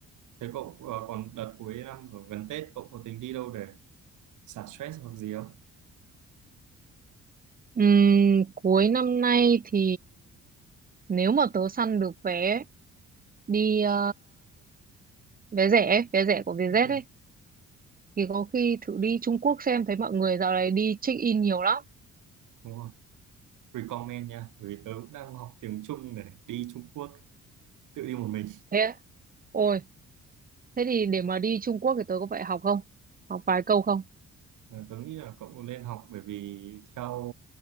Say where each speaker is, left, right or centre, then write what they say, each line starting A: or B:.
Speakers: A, on the right; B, on the right.
A: thế cậu ờ, còn đợt cuối năm rồi gần Tết cậu có tính đi đâu để xả stress hoặc gì không?
B: Ừm, cuối năm nay thì nếu mà tớ săn được vé đi ờ, vé rẻ vé rẻ của Vietjet
A: Ok.
B: ấy thì có khi thử đi Trung Quốc xem thấy mọi người dạo này đi check in nhiều lắm
A: đúng recommend nha bởi vì tớ cũng đang học tiếng Trung để đi Trung Quốc tự đi một mình
B: thế á? ôi thế thì để mà đi Trung Quốc thì tớ có phải học không học vài câu không
A: Ờ, tớ nghĩ là cậu cũng nên học bởi vì theo